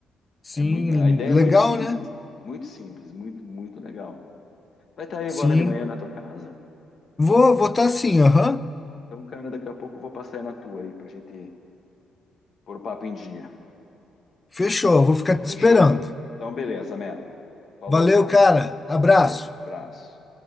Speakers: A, on the left; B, on the left.
A: Sim,
B: É muito, a ideia
A: legal,
B: é muito simples,
A: né?
B: muito simples, muito, muito legal. Vai estar aí
A: Sim.
B: agora de manhã na tua casa?
A: Vou votar sim, aham.
B: Então, cara, daqui a pouco eu vou passar aí na tua aí pra gente pôr o papo em dia.
A: Fechou, vou ficar te
B: Fechou?
A: esperando.
B: Então, beleza, man. Falou,
A: Valeu,
B: cara.
A: cara. Abraço.
B: Valeu. Abraço.